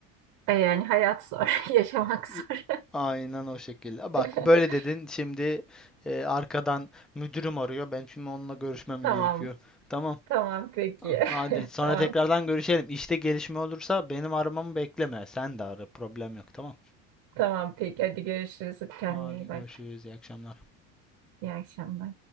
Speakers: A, on the right; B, in the centre.
A: E, Yani hayat zor, <laughs> yaşamak zor.
B: İ- Aynen o şekilde. Bak
A: <laughs>
B: böyle dedin şimdi e, arkadan müdürüm arıyor. Ben şimdi onunla görüşmem
A: Tamam,
B: gerekiyor. Tamam.
A: tamam peki.
B: A- Hadi
A: <laughs>
B: sonra
A: Tamam,
B: tekrardan görüşelim. İşte gelişme olursa benim aramamı bekleme. Sen de ara problem yok tamam.
A: tamam peki. Hadi görüşürüz. Kendine
B: Hadi
A: iyi bak.
B: görüşürüz iyi akşamlar.
A: İyi akşamlar.